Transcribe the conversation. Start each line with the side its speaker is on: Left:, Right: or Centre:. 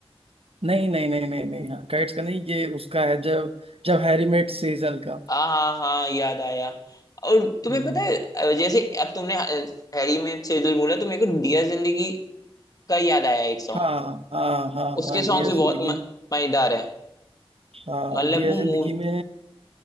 Right: नहीं नहीं नहीं नहीं नहीं हाँ काइट्स का नहीं ये उसका है जब जब हैरी मेट सेजल का
Left: हाँ हाँ हाँ याद आया और तुम्हें
Right: हम्म,
Left: पता है अ, जैसे अब तुमने अ, हैरी में से जो बोला तो मेरे को दिया जिंदगी का याद आया एक सॉन्ग
Right: हाँ हाँ हाँ
Left: उसके
Right: हाँ
Left: सॉन्ग्स
Right: डियर
Left: भी
Right: जिंदगी
Left: बहुत म- मजेदार है
Right: हाँ
Left: मतलब
Right: डियर
Left: वो
Right: जिंदगी
Left: मूवी
Right: में